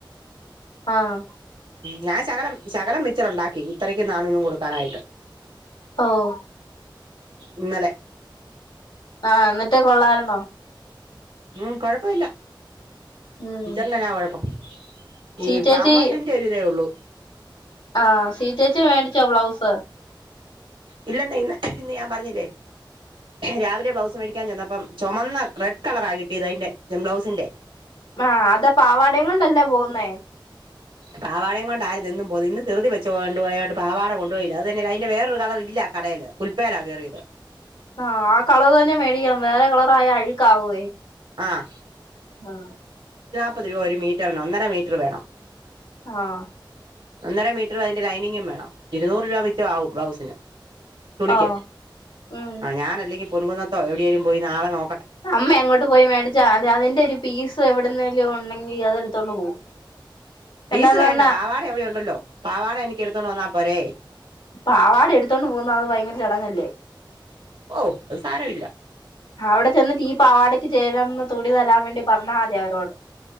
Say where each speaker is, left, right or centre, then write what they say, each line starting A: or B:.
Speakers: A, on the left (about 75°); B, on the right (about 75°).
A: ആഹ്
B: ഉം ഞാൻ ശകലം ശകലം മിച്ചറ് ഉണ്ടാക്കി ഉത്തരക്ക് നാണൂനും കൊടുക്കാനായിട്ട്
A: ഓഹ്
B: ഇന്നലെ
A: ആഹ് എന്നിട്ട് കൊള്ളായ്ര്ന്നോ?
B: ഉം കൊഴപ്പാെ ഇല്ല
A: ഉം
B: മിച്ചറിനെന്നാ കൊഴപ്പം ഈ
A: സീ ചേച്ചി
B: പാമോയിലിന്റെ ഒരിതേ ഒള്ളൂ
A: ആഹ് സീചേച്ചി മേടിച്ചോ ബ്ലൗസ്
B: ഇല്ലന്നെ ഇന്ന് ഇന്ന് ഞാൻ പർഞ്ഞില്ലെ രാവിലെ ബ്ലൗസ് മേടിക്കാൻ ചെന്നപ്പം ചാെമന്ന റെഡ് കളറാ കിട്ടിയത് അയ്ന്റെ ജെം ബ്ലൗസ്ന്റെ
A: ആ അതാ പാവാടയും കൊണ്ടല്ലേ പോവുന്നേ
B: പാവാടേകൊണ്ടായിര്ന്നെന്നും പോയി ഇന്ന് തിറുതി വെച്ച് കൊണ്ട് പോയോണ്ട് പാവാട കൊണ്ട്പോയില്ല അതന്നെ അയിന്റെറെ വേറൊരു കവറ് ഇല്ലാ കടേയില് കുൽപ്പേലാ കേറിയത്
A: ആഹ് ആ കളർ തന്നെ മേടിക്കണം വേറെ കളറ് ആയാ അഴുക്ക് ആവുവേ
B: ആഹ്
A: ആ
B: പ്പത് രൂപ ഒരു മീറ്ററിന് ഒന്നര മീറ്റർ വേണം
A: ആഹ്
B: ഒന്നര മീറ്ററും അയിന്റെ ലൈനിങ്ങും വേണം ഇരുന്നൂറ് രൂപ മിച്ചമാവും ബ്ലൗസിന് തുണിക്ക്
A: ആഹ് ഉം
B: ആ ഞാനല്ലങ്കി പൊൻകുന്നത്തോ എവിടേലും പോയി നാളെ നോ
A: അമ്മ എങ്ങോട്ട് പോയി മേടിച്ച അത് അതിന്റെ ഒരു പീസ് എവിടുന്നേലും ഉണ്ടെങ്കി അതെടു തോണ്ട് പോവും
B: പീസ്
A: എന്നാന്ന്
B: വേണ്ട
A: പറഞ്ഞാ
B: പാവാട എവിടെയൊ ഉണ്ടല്ലോ പാവാട എനിക്ക് എടുത്തോണ്ട് വന്നാ അപ്പ പരേയ്
A: പാവാടെ എടുത്തോണ്ട് പോവുന്ന അത് ഭയങ്കര ചടങ്ങല്ലേ
B: ഓ അത് സാരമില്ല
A: അവിടെ ചെന്നിട്ട് ഈ പാവാടയ്ക്ക് ചേരുന്നതുണി തരാൻ വേണ്ടി പറഞ്ഞാതി അവരോട്